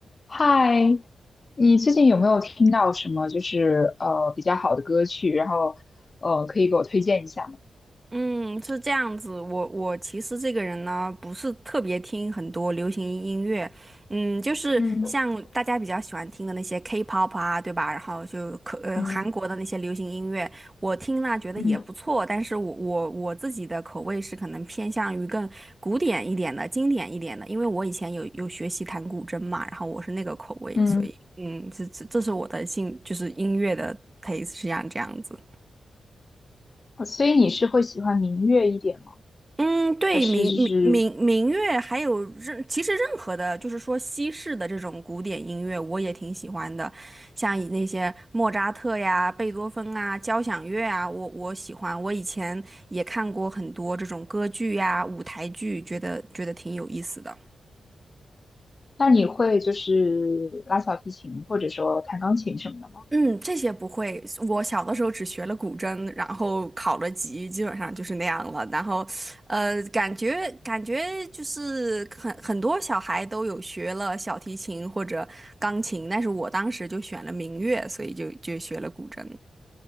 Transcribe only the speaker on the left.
嗨，你最近有没有听到什么就是呃比较好的歌曲？然后呃可以给我推荐一下吗？
嗯
嗯
嗯
嗯，
所以你是会喜欢民乐一点吗？
还是就是
那你会就是拉小提琴或者说弹钢琴什么的吗？